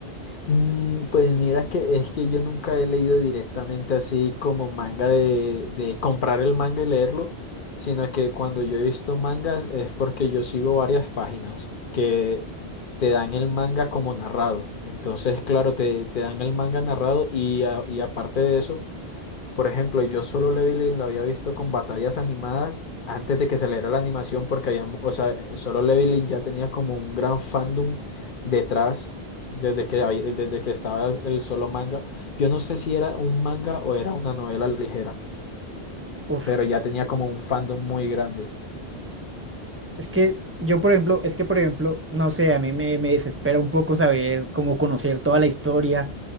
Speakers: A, on the left; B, on the right.
A: Mm, pues mira que es que yo nunca he leído directamente así como manga de, de comprar el manga y leerlo, sino que cuando yo he visto mangas es porque yo sigo varias páginas que te dan el manga como narrado. Entonces, claro, te, te dan el manga narrado y, a- y aparte de eso. Por ejemplo, yo solo Leveling lo había visto con batallas animadas antes de que saliera la animación porque había, mu- o sea, eh, Solo Leveling ya tenía como un gran fandom detrás desde que, había- desde que estaba el solo manga. Yo no sé si era un manga o era una novela ligera,
B: Uf,
A: pero ya tenía como un fandom muy grande.
B: es que yo, por ejemplo, es que, por ejemplo, no sé, a mí me, me desespera un poco saber cómo conocer toda la historia